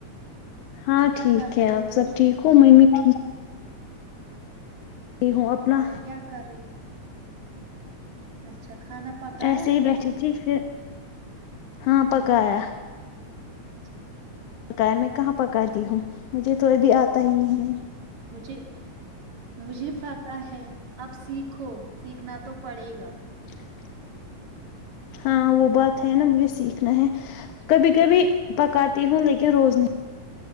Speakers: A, on the left; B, on the right.
A: ہاں ٹھیک
B: کر رہی
A: ہے
B: ہو
A: آپ
B: ابھی
A: سب ٹھیک ہو میںمی ٹھیک ہے ہوں اپنا
B: ہاں کیا کر رہی اچھا کھانا پکایا
A: ایسے ہی بیٹھی تھی پھر ہاں پکایا
B: <inaudible>
A: پکایا میں کہاں پکاتی ہوں مجھے تو ابھی آتا ہی نہیں ہے
B: مجھے مجھے پاتہ ہے اب سیکھو سیکھنا تو پڑے گا
A: <inaudible> ہاں وہ بات ہے نا مجھے سیکھنا ہے کبھی کبھی پکاتی ہوں لیکن روز نہیں